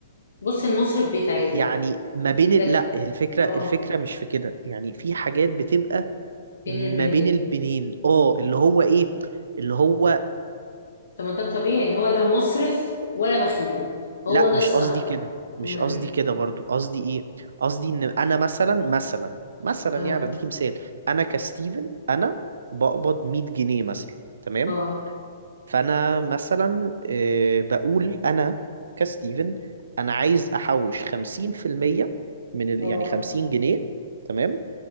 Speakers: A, on the left; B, on the right.
A: بص المصرف بيتعالج
B: يعني ما بين
A: ده
B: ال... لا الفكرة
A: اه
B: الفكرة مش في كده يعني في حاجات بتبقى ما
A: بين البنين
B: بين البنين اه اللي هو إيه اللي هو
A: طب ما ده الطبيعي ان هو لا مصرف ولا بخيل هو
B: لا
A: ده
B: مش
A: الصح
B: قصدي كده مش
A: امال
B: قصدي
A: ايه
B: كده برضو قصدي ايه قصدي ان انا مثلا مثلا مثلا
A: اه
B: يعني بديكي مثال انا كستيفن انا بقبض 100 جنيه مثلا تمام
A: اه
B: فانا مثلا آه، بقول انا كستيفن انا عايز احوش 50% من ال...
A: اه
B: يعني 50 جنيه تمام